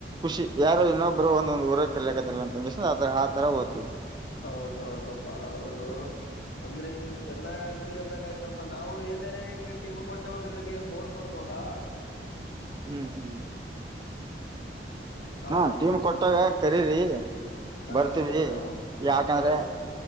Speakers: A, on the right; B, on the left.
A: ಖುಷಿ ಯಾರೋ ಇನ್ನೊಬ್ರು ಒಂದೊಂದು ಊರ ಕಲೆಕತರಂದು ಶ್ನೆ ಆತರ ಓದ್ತಿವಿ.
B: ಹೌದೌದಪ್ಪಾ ಹೌದು ಅಂದ್ರೆ ನೀವು ಚೆನ್ನಾಗ್ ಆಡ್ತೀರಿ ಅಂದಂಗ ಆಯ್ತಪ್ಪಾ ನಾವು ಎಲ್ಲರೆ ಹಿಂಗ ಟೀಮ್ ಕೊಟ್ಟೇ ಅಂದ್ರೆ ನಿಮಗೆ ಫೋನ್ ಮಾಡ್ಬೋದಾ.
A: ಹ್ಮ್ ಹ್ಮ್.
B: ಹ
A: ಹಾ ಟೀಮ್ ಕೊಟ್ಟಾಗ ಕರಿರಿ
B: ಹಾ
A: ಬರ್ತಿವಿ
B: ಅದೇ ನಾವು
A: ಯಾಕಂದ್ರೆ.
B: ಹೌದೌದು